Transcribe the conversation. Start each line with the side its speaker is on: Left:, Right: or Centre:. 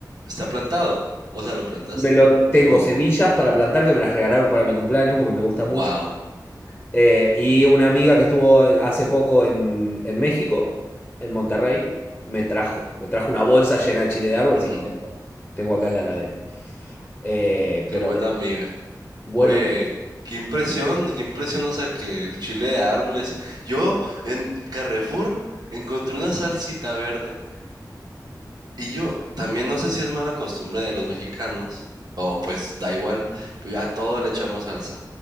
Right: está plantado. O sea, lo plantaste.
Centre: Me lo, tengo
Right: Oh,
Centre: semillas para plantar que me las regalaron para mi cumpleaños porque me gusta
Right: wow.
Centre: mucho. Eh, y una amiga que estuvo hace poco en, en México, en Monterrey, me trajo, me trajo una bolsa llena de chile de árbol,
Right: Mm,
Centre: así que tengo, tengo acá en la heladera. Eh,
Right: qué
Centre: pero
Right: buena amiga.
Centre: bueno,
Right: Oye, qué impresión, qué impresión, o sea, que el chile de árbol y así. Yo en Carrefour encontré una salsita verde. Y yo también no sé si es mala costumbre de los mexicanos, o pues da igual, pero ya a todo le echamos salsa.